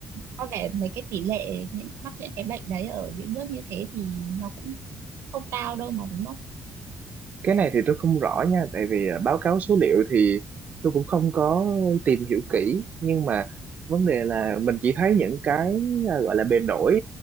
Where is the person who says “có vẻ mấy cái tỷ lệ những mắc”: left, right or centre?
Right